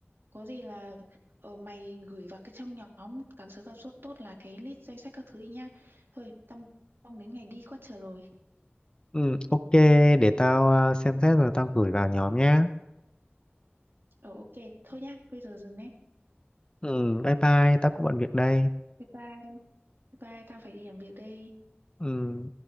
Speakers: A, on the right (about 65°); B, on the left (about 20°).
A: có gì là ờ, mày gửi vào cái trong nhóm càng sớm càng tốt tốt là cái list danh sách các thứ đi nha thôi tao mong đến ngày đi có chờ lồi
B: Ừ, ok, để tao à, xem xét rồi tao gửi vào nhóm nhá.
A: ờ ok thôi nhá bây giờ dừng đấy
B: Ừ, bye bye, tao cũng bận việc đây.
A: bye bye bye bye tao phải đi làm việc đây
B: Ừ.